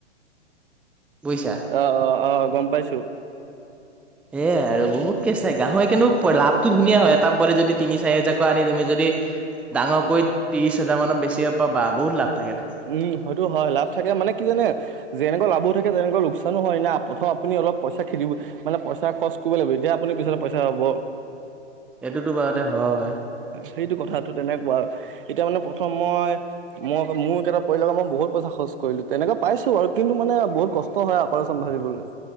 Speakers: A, in the centre; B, on the right.
A: বুযিছা
B: অ অ' গম পাইছো।
A: এ আৰু বহুতকে চাই গাহৰি কিন্তু লাভটো ধুনীয়া হয় এ তাপ ব যদি। তিনি চাৰি হাজজাৰকৈ আনি তুমি যদি ডাঙৰকৈ ত্ৰিশ হাজাৰ মানত বেছি পৰা বা বহুত লাভ। থাকেতো।
B: উম হয়তো হয় লাভ থাকে মানে কি জানে যেনেকুৱা লাভো থাকে তেনেকুৱা লোকচানো হয় ন প্ৰথম আপুনি। অলপ পইচা খেদিব মানে পইচা খৰচ কৰিব লাগিব এতিয়া আপুনি পিছ পইচা হব।
A: এইটোতো বাৰতে হয়।
B: সেইটো কথাটো তেনেকুৱা আৰু এতিয়া মানে প্ৰথম মই মই মোৰ। কেইটা পৰিল মই বহুত পইচা খচলো তেনেকুৱ পাইছো আৰু কিন্তু মানে বহুত কষ্ট হয় আপাআসাম ভাবিবলে।